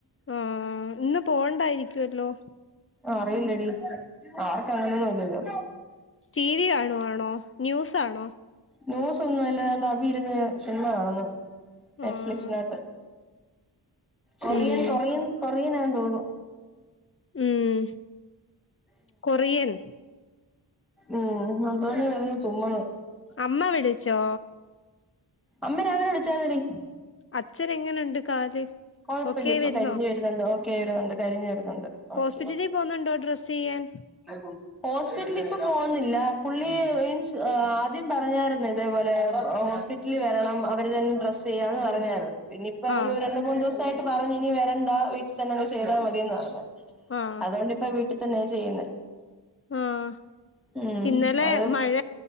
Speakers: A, on the left (about 30°); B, in the centre.
A: ആഹ് ഇന്ന് പോണ്ടായിരിക്കുവല്ലോ?
B: അറിയില്ലെടി അവർക്ക് അങ്ങനൊന്നും ഇല്ലല്ലോ?
A: ടി വി കാണുവാണോ? ന്യൂസാണോ?
B: ന്യൂസ് ഒന്നും അല്ല ഇതാണ്ട് അഭി ഇരുന്ന് സിനിമ കാണ്ന്ന് നെറ്റ്ഫ്ലിക്സിനാത്ത്.
A: ആഹ്
B: കൊറിയൻ
A: ഉം
B: കൊറിയൻ കൊറിയനാന്ന് തോന്നുന്നു.
A: ഉം കൊറിയൻ
B: ഉം അതുപോലെ ആയിരുന്നു <unintelligible>
A: അമ്മ വിളിച്ചോ?
B: അമ്മ രാവിലെ വിളിച്ചാരുന്നെടി.
A: അച്ഛനെങ്ങനുണ്ട് കാല്?
B: കൊഴപ്പില്ല
A: ഓക്കെ
B: ഇപ്പ
A: വരുന്നോ
B: കരിഞ്ഞു വരുന്നുണ്ട് ഓക്കെ ആയി വരുന്നുണ്ട് കരിഞ്ഞ് വരുന്നുണ്ട്.
A: ഹോസ്പിറ്റലിൽ
B: ഓക്കെ
A: പോന്നുണ്ടോ ഡ്രസ്സ് ചെയ്യാൻ?
B: <inaudible> ഹോസ്പിറ്റലിൽ ഇപ്പ പോകുന്നില്ല പുള്ളി മീൻസ് ആദ്യം പറഞ്ഞായിരുന്നു ഇതേപോലെ ഹോസ്പി റ്റലിൽ വരണം അവര് തന്നെ ഡ്രസ്സ് ചെയ്യാന്ന് പറഞ്ഞായിരുന്നു. പിന്നെ ഇപ്പൊരു
A: ആഹ്
B: രണ്ട് മൂന്ന് ദിവസായിട്ട് പറഞ്ഞ് ഇനി വരണ്ട വീട്ടിൽ തന്നെ അങ്ങ് ചെയ്താൽ മതി എന്ന് പറ ഞ്ഞ്
A: ആഹ്
B: അതോണ്ടിപ്പ വീട്ടിൽ തന്നെയാ ചെയ്യുന്നെ.
A: ആഹ്
B: ഉം
A: ഇന്നലെ
B: അത്
A: മഴ